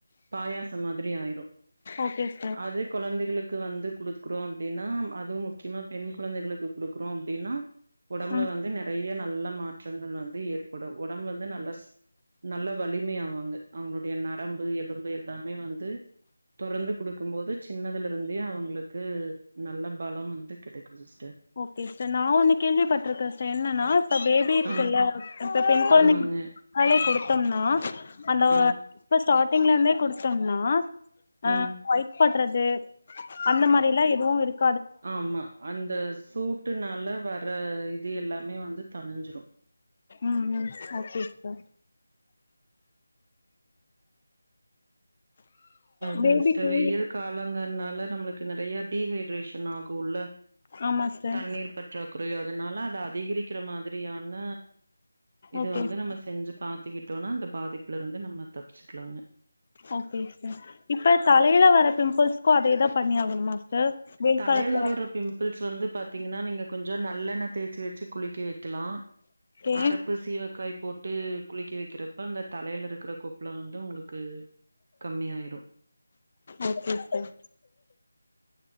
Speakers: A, on the right (about 50°); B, on the left (about 40°).
A: பாயாசோ மாதிரி ஆயிரு
B: ஓகேஸ்
A: அது கொழந்தகளுக்கு வந்து குடுக்றோ அப்டினா அது முக்கியமா பெண் கொழந்தகளுக் குடுக்குறோ அப்டினா ஒடம்புல
B: ம்
A: வந்து நெறைய நல்ல மாட் ற்றங்கள் வந்து ஏற்படு ஒடம்பு வந்து நல்லா ஸ் நல்லா வலிம ஆவாங்க அவுங்களுடைய நரம்பு எலும்பு எல்லாமே வந்து தொரந்து குடுக்கும் போது சின்னதுல இருந்தே அவுங்களுக்கு நல்ல பலம் வந்து கிடைக்கும் சிஸ்டர்
B: ஓகே சார் நான் ஒன்னு கேள்விப்பட்டிருக்கே சார் என்னன்னா இப்ப பேபி இருக்குல்ல
A: ஆ
B: இப்ப பெண் கொழந்தைங்காலே
A: ஆமாங்க
B: கொடுத்தோம்னா அந்த
A: ஆ
B: இப்ப ஸ்டார்டிங்ல இருந்தே குடுத்தோம்னா அ
A: ம்
B: குப்பாட்றது அந்த மாரி எல்லா எதுவு இருக்
A: ஆமா அந்த சூட்டுனால வர இது எல்லாமே வந்து தனிஞ்சிரு
B: ம் ம் ஓகேக்கா
A: அத
B: பேபிக்கு
A: சிஸ்டர் வெயில் காலங்கிறதுனால நம்மளுக் கு நெறைய டீஹைட்ரேஷன் ஆகுல உள்ள
B: ஆமா சிஸ்டர்
A: தண்ணீர் பற் றாகுற அதுனால அத அதிகரிக்கிற மாதிரியான இது
B: ஓகே
A: வந்து நம்ம செஞ்சி பாக் கத்திக்கிட்டோனா அந்த பாதிப்புல இருந்து நம்ம தப்பச்சுக்குலாங்க
B: ஓகே ஸ்டர் இப்ப தலையில வர பிம்பிள்ஸ்க்கு அதேதா பண்ணி ஆகணுமா சார் வெயில்
A: தலையில
B: காலத்துல
A: வர பிம்பிள்ஸ் வந்து பாத்தீங்கன்னா நீங்க கொஞ்சோ நல்லெண்ண தேய்ச்சு வச்சு குளிக்கி வைக்குலா
B: ஓகே
A: அரப்பு சீவக்காய்ப் போட்டு குளிக்க வைக்கிறப்ப அந்த தலையில இருக்கிற கொப்பளோ வந்து உங்களுக்கு கம்மிய ஆயிரு
B: ஓகே சார்